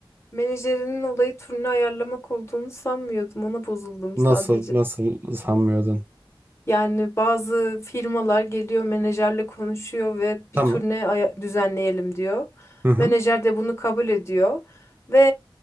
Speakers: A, on the left (about 30°); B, on the right (about 25°).
A: Menajerinin olayı turne ayarlamak olduğunu sanmıyordum. Ona bozuldum
B: Nasıl
A: sadece.
B: nasıl sanmıyordun?
A: Yani bazı firmalar geliyor menajerle konuşuyor ve
B: Tamam.
A: bir turne aya- düzenleyelim diyor.
B: Hı hı.
A: Menajer de bunu kabul ediyor. Ve